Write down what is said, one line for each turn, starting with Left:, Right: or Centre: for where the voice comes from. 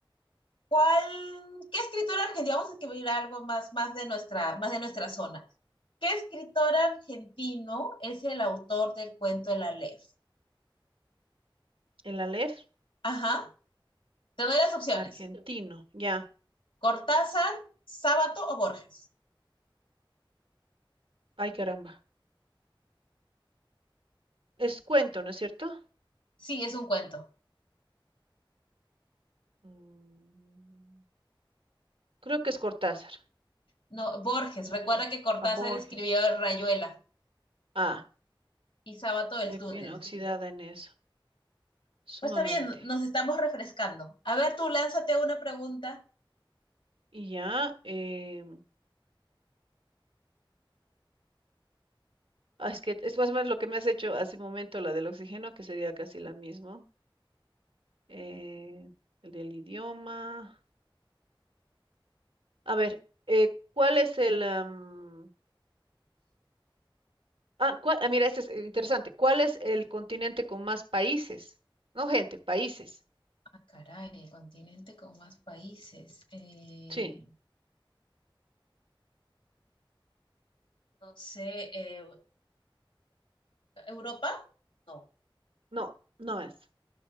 Left: ¿cuál, qué escritora argentina? Vamos a escribir algo más, más de nuestra, más de nuestra zona. ¿Qué escritor argentino es el autor del cuento El Aleph?
Right: el Aleph
Left: Ajá. Te doy las opciones.
Right: argentino, ya.
Left: Cortázar, Sábato o Borges.
Right: Ay, caramba. Es cuento, ¿no es cierto?
Left: Sí, es un cuento.
Right: Mm, creo que es Cortázar.
Left: No, Borges.
Right: El
Left: Recuerda
Right: Aleph.
Left: que Cortázar
Right: A Borges.
Left: escribió Rayuela
Right: Ah,
Left: y Sábato
Right: estoy
Left: el túnel.
Right: bien oxidada en eso, sumamente.
Left: Pues está bien, nos estamos refrescando. A ver, tú lánzate una pregunta.
Right: Y ya, eh, ah, es que es más o menos lo que me has hecho hace un momento, la del oxígeno, que sería casi la misma. Eh, el del idioma. A ver, eh, ¿cuál es el... am, Ah, cua- ah, mira, este es eh, interesante. ¿Cuál es el continente con más países? No, gente, países.
Left: Ah, caray, el continente con más países. Eh,
Right: Sí,
Left: no sé, eh, ¿Europa? No.
Right: no, no es.